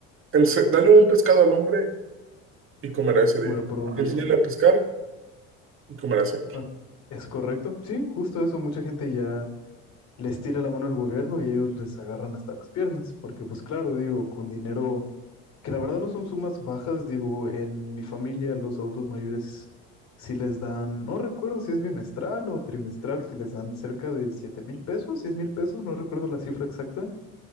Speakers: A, on the right (about 40°); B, on the left (about 60°).
A: "Ense- dale un pescado al hombre y comerá ese
B: Bueno,
A: día.
B: por un día.
A: Enséñale a pescar y comerá siempre.
B: Ah, Es correcto. Sí, justo eso. Mucha gente ya les tira la mano al gobierno y ellos les agarran hasta las piernas. Porque, pues claro, digo, con dinero, que la verdad no son sumas bajas, digo, en mi familia los adultos mayores sí les dan, no recuerdo si es bimestral o trimestral, que les dan cerca de siete mil pesos, seis mil pesos, no recuerdo la cifra exacta.